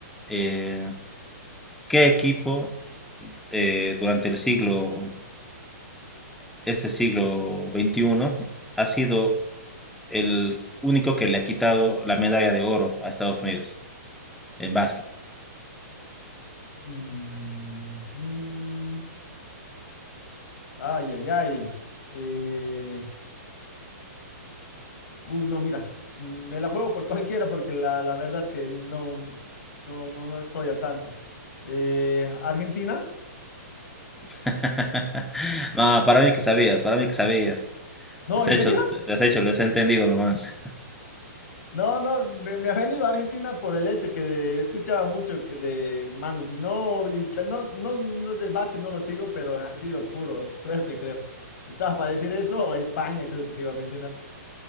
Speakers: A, in the centre; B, on the left.
A: Eh, ¿qué equipo eh, durante el siglo, este siglo XXI, ha sido el único que le ha quitado la medalla de oro a Estados Unidos en básquet?
B: Mm, mm. Ay, ay, ay. Eh, uh, no, mira, me la juego por <laughs> cualquiera porque la, la verdad que no, no, no, no estoy al tanto. Eh, ¿Argentina?
A: <laughs> No, para mí que sabías, para mí que sabías.
B: No,
A: has
B: ¿en
A: hecho,
B: serio? <laughs>
A: has hecho, les he entendido nomás.
B: No, no, me, me ha venido a Argentina por el hecho que escuchaba mucho que de Manu Ginóbili, ta- no, no, no de básquet no lo sigo, pero ha sido puro suerte, creo. Estaba para decir eso, o España, creo que te iba a mencionar.